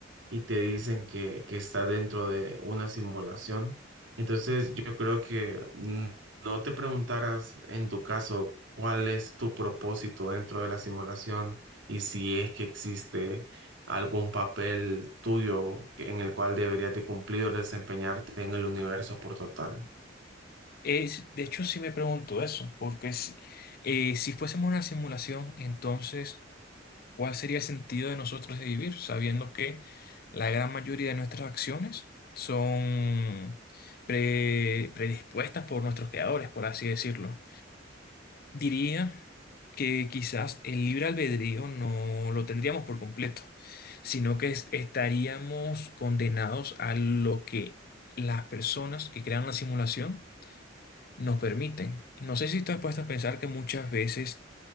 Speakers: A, on the right; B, on the left.
A: y te dicen que, que está dentro de una simulación. Entonces, yo creo que mm, no te preguntaras en tu caso cuál es tu propósito dentro de la simulación y si es que existe algún papel tuyo en el cual deberías de cumplir o desempeñarte en el universo por total.
B: Eh, s- de hecho, sí me pregunto eso, porque si, eh, si fuésemos una simulación, entonces, ¿cuál sería el sentido de nosotros de vivir, sabiendo que la gran mayoría de nuestras acciones son pre- predispuestas por nuestros creadores, por así decirlo? Diría que quizás el libre albedrío no lo tendríamos por completo, sino que es- estaríamos condenados a lo que las personas que crean la simulación nos permiten. No sé si estás has a pensar que muchas veces